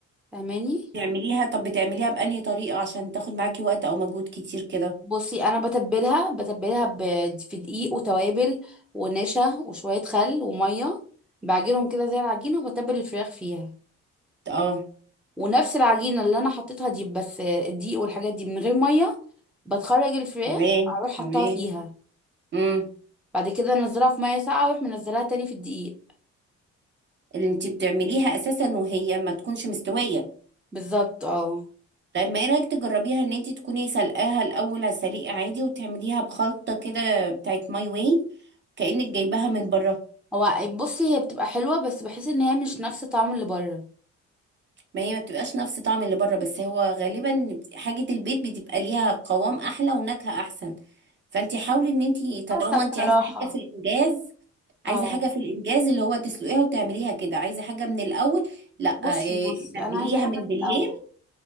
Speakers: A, in the centre; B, on the right.
A: فاهماني
B: تعمليها طب بتعمليها بأنهي طريقة عشان تاخد معاكي وقت او مجهود كتير كده
A: بصي انا بتبلها بتبلها ب... في دقيق وتوابل ونشا وشويه خل وميه بعجنهم كده زي العجينه وبتبل الفراخ فيها
B: اه
A: ونفس العجينه اللي انا حطيتها دي بس الدقيق والحاجات دي من غير ميه بتخرج الفراخ
B: تمام
A: اروح حطها
B: تمام
A: فيها
B: امم
A: بعد كده انزلها في ميه ساقعه واروح منزلها تاني في الدقيق
B: اللي انتي بتعمليها اساسا وهي ما تكونش مستوية
A: بالظبط اه
B: طيب ما ايه رايك تجربيها ان انت تكوني سلقاها الاول على السليق عادي وتعمليها بخلطه كده بتاعت ماي واي كانك جايباها من بره
A: هو بصي هي بتبقى حلوه بس بحس ان هي مش نفس طعم اللي بره
B: ما هي ما بتبقاش نفس طعم اللي بره بس هو غالبا حاجه البيت بتبقى ليها قوام احلى ونكهه احسن فانت حاولي ان انت
A: حسب
B: طالما انت
A: بصراحه
B: عايزه حاجه في الانجاز عايزه
A: اه
B: حاجه في الانجاز اللي هو تسلقيها وتعمليها كده عايزه حاجه من الاول لا
A: بصي
B: إيه،
A: بصي
B: تبليها
A: انا عايزه حاجه
B: من
A: من
B: بالليل
A: الاول